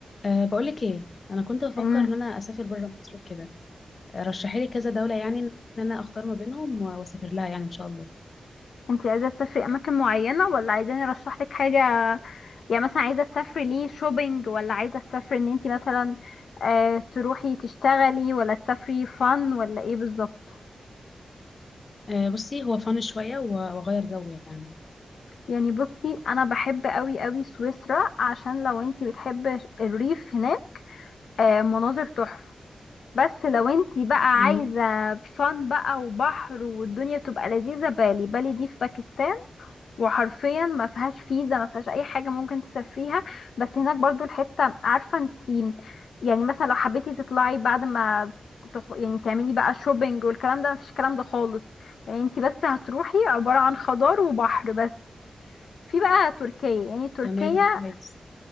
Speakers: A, on the left; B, on the left.
A: أه بقولك ايه انا كنت بفكر
B: امم
A: ان انا اسافر بره مصر وكده آه، رشحي لي كذا دوله يعني ان انا اختار ما بينهم و- واسافر لها يعني ان شاء الله
B: انتي عايزه تسافري اماكن معينه ولا عايزاني ارشح لك حاجه يعني مثلا عايزه تسافري ليه شوبينج ولا عايزه تسافري ان انتي مثلا آه تروحي تشتغلي ولا تسافري فن ولا ايه بالظبط
A: أه بصي هو فن شويه و- واغير جو يعني
B: يعني بصي انا بحب قوي قوي سويسرا عشان لو انتي بتحب الريف هناك آه مناظر تحفه بس لو انتي بقى
A: امم
B: عايزه فن بقى وبحر والدنيا تبقى لذيذه بالي بالي دي في باكستان وحرفيا ما فيهاش فيزا ما فيهاش اي حاجه ممكن تسافريها بس هناك برضو الحته عارفه انت يعني مثلا لو حبيتي تطلعي بعد ما تخ... يعني تعملي بقى شوبينج والكلام ده ما فيش الكلام ده خالص يعني انت بس هتروحي عباره عن خضار وبحر بس في بقى تركيا يعني تركيا
A: تمام ده كويس